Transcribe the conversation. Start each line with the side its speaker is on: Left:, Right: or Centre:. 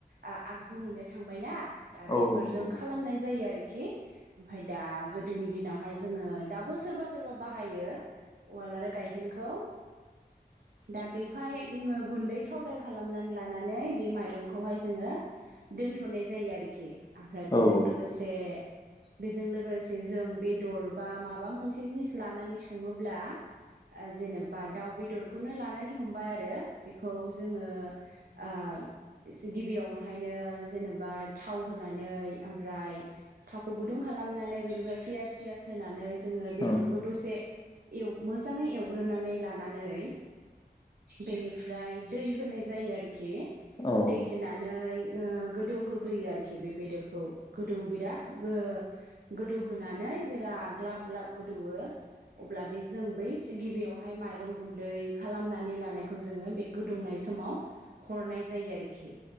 Right: ओ आगजु मोननो थांबाय ना? दा
Left: औ
Right: बेफोरजों
Left: नंगौ
Right: खालामनाय जायो आरोखि ओमफाय दा गोदोनि दिनावहाय जोङो दाबो सोरबा सोरबा बाहायो उवाल आरो गायहेनखौ
Left: <inaudible>
Right: दा बेवहाय गुन्दै पाउदार खालामनानै लानानै बे माइरंखौहाय जोङो दोनथ'नाय जायो आरोखि ओमफ्राय
Left: औ
Right: बेजों लोगोसे बेजों लोगोसे जों बेदर बा माबा मोनसे जिनिस लानानै सङोब्ला जेनेबा दाउ बेदरखौनो लानानै हमबाय आरो बेखौ जोङो ओ इसे गिबियावहायनो जेनेबा थाव होनानै ओमफ्राय थावखौ गुदुं खालामनानै बेनिफ्राय पियास थियास होनानै जोङो बेदरखौ
Left: औ
Right: दसे एल मोजाङै एवग्रोनानै लानानै बेनिफ्राय दै होनाय जायो आरोखि
Left: औ
Right: दै होनानै ओ गोदौहोग्रोयो आरोखि बे बेदरखौ गोदौ बिराद ओ गोदौहोनानै जेरा ग्लाब ग्लाब गोदौयो अब्ला बे जों बै गिबियावहाय माइरं गुन्दै खालामनानै लानायखौ जोङो बे गोदौनाय समाव हरनाय जायो आरोखि।